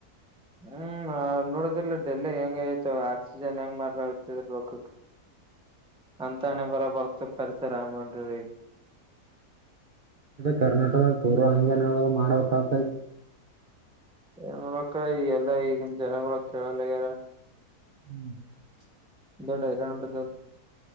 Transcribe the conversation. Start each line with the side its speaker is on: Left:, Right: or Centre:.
Centre: ಹ್ಮ್ ನೋಡದಿಲ್ಲ ಡೆಲ್ಲ ಹೆಂಗ ಆಐತ ಆಕ್ಸಿಜನ್ ಹೆಂಗ್ ಮಾರ್ಲ ಆತದ ಲಕಕ್ <unintelligible> ಅಂತಣೆ ಬರ ಬರ್ತ ಪರಿಸರಿಸರಂಗೊಂಡ ರ <unintelligible>
Right: ಕರ್ನಾಟಕ ಕೋರ್ ಹಂಗೇನ ಮಾಡ್ಬೇಕ ಆಗ್ತೈ
Centre: ಏ ನೋಡಕ್ಕ ಈ ಎಲ್ಲಾ ಈಗಿನ ಜನಗಳ ಕೇಳಲ್ಲಗ್ಯಾರ
Right: ಹ್ಮ್ <inaudible>
Centre: ದೊಡ್ಡ ಹರಾಣ ಬದ <inaudible>